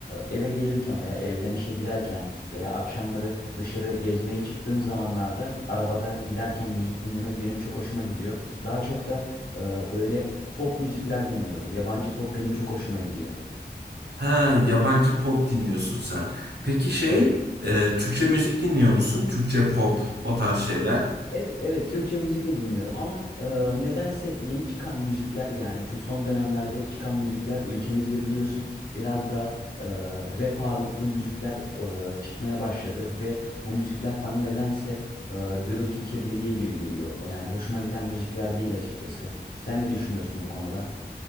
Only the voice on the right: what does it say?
Ha, yabancı pop dinliyorsun sen. Peki şey,
e, Türkçe müzik dinliyor musun? Türkçe pop, o tarz şeyler.